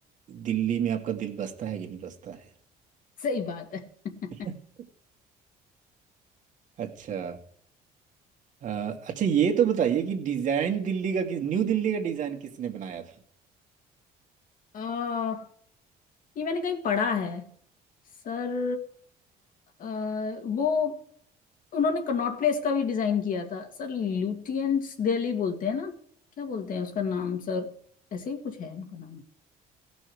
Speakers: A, on the right; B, on the left.
A: दिल्ली में आपका दिल बसता है कि नहीं बसता है
B: सही बात है <laughs>
A: <laughs> अच्छा अ, अच्छा ये तो बताइए कि डिज़ाइन दिल्ली का किस- न्यू दिल्ली का डिज़ाइन किसने बनाया था
B: आ, ये मैंने कहीं पढ़ा है सर अ, वो उन्होंने कनॉट प्लेस का भी डिजाइन किया था सर ल्यूटियंस दिल्ली बोलते हैं ना क्या बोलते हैं उसका नाम सर ऐसे ही कुछ है उनका नाम